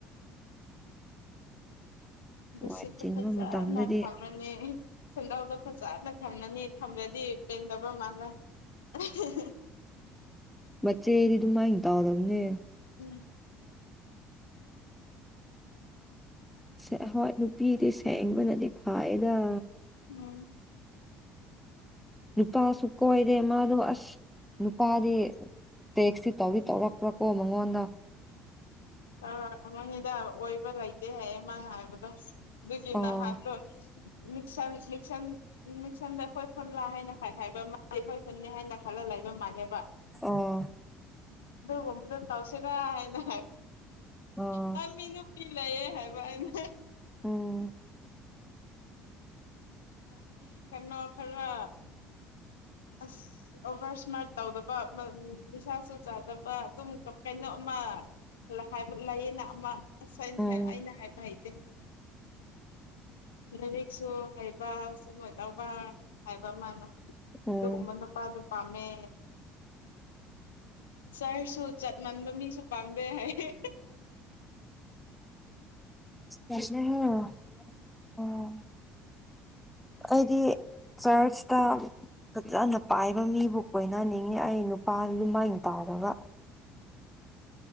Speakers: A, on the left; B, in the centre.
A: ꯃꯁꯤꯇ
B: ꯋꯥꯏ ꯆꯤꯟꯕ
A: ꯐꯖꯅ
B: ꯃꯇꯝꯗꯗꯤ
A: ꯐꯝ ꯕꯅꯦ ꯁꯦꯟꯗꯥꯎꯗꯣ ꯐꯖꯅ ꯊꯝꯂꯅꯤ ꯊꯝꯂꯗꯤ ꯄꯦꯟꯗꯕ ꯃꯥꯜꯂꯦ <unintelligible>
B: ꯃꯆꯦꯗꯤ ꯗꯨꯃꯥꯏꯟ ꯇꯧꯗꯕꯅꯦ
A: ꯎꯝ
B: ꯁꯦ ꯍꯣꯏ ꯅꯨꯄꯤꯗꯤ ꯁꯦꯡꯕꯅꯗꯤ ꯐꯥꯏꯗ
A: ꯎꯝ
B: ꯅꯨꯄꯥꯁꯨ ꯀꯣꯏꯔꯦ ꯃꯥꯗꯣ ꯑꯁ ꯅꯨꯄꯥꯗꯤ ꯇꯦꯛꯁ ꯇꯤ ꯇꯧꯗꯤ ꯇꯧꯔꯛꯄ꯭ꯔꯥ ꯀꯣ ꯃꯉꯣꯟꯗ
A: ꯑ ꯑꯃꯅꯤꯗ ꯑꯣꯏꯕ ꯂꯩꯇꯦ ꯍꯥꯏꯌꯦ ꯃꯥꯅ ꯍꯥꯏꯕꯗꯣ ꯑꯗꯨꯒꯤ
B: ꯑꯣ
A: ꯅꯍꯥꯟꯗꯣ ꯎꯝ ꯁꯝꯁꯤ ꯁꯝ ꯃꯤꯁꯝꯗ ꯑꯩꯈꯣꯏ ꯈꯨꯟꯂꯥ ꯍꯥꯏꯅ ꯍꯥꯏꯕ ꯃꯥ ꯑꯩꯈꯣꯏ ꯈꯨꯟꯅꯤ ꯍꯥꯏꯅ ꯈꯜꯂ ꯂꯩꯕ ꯃꯥꯜꯂꯦꯕ
B: ꯑꯣ
A: ꯑꯗꯨꯒꯨꯝꯕꯗꯣ ꯇꯧꯁꯤꯔ ꯍꯥꯏꯅ
B: ꯑꯣ
A: ꯍꯥꯏ <inaudible> ꯄꯤ ꯂꯩꯌꯦ ꯍꯥꯏꯕ ꯑꯩꯅ
B: ꯎꯝ
A: ꯑ ꯃꯤ ꯀꯩꯅꯣ ꯈꯔ ꯑꯁ ꯑꯣꯚꯔ ꯏꯁꯃꯥꯔꯠ ꯇꯧꯗꯕ ꯅꯤꯁꯥꯁꯨ ꯆꯥꯗꯕ ꯗꯨꯝ ꯀꯩꯅꯣ ꯑꯃ ꯍꯥꯏꯕ ꯂꯩꯌꯦꯅ ꯑꯃ ꯑꯁ ꯑꯩꯅ
B: ꯎꯝ
A: ꯍꯥꯏ ꯑꯩꯅ ꯍꯥꯏꯕ ꯍꯩꯇꯦ ꯂꯥꯏꯔꯤꯛꯁꯨ ꯍꯩꯕ ꯁꯨꯔꯣꯏ ꯇꯧꯕ ꯍꯥꯏꯕ ꯃꯜꯅ
B: ꯎꯝ
A: ꯑꯗꯨꯒꯨꯝꯕ ꯅꯨꯄꯥꯗꯣ ꯄꯥꯝꯃꯦ ꯆꯔꯁꯁꯨ ꯆꯠꯃꯟꯕ ꯃꯤꯁꯨ ꯄꯥꯝꯗꯦ ꯍꯥꯏꯌꯦ
B: <unintelligible> ꯑꯣ
A: <inaudible>
B: ꯑꯩꯗꯤ ꯆꯔꯁꯇ ꯐꯖꯅ ꯄꯥꯏꯕ ꯃꯤꯕꯨ ꯀꯣꯏꯅꯅꯤꯡꯉꯤ ꯑꯩ ꯅꯨꯄꯥ ꯂꯨꯃꯥꯏꯅ ꯇꯧꯔꯒ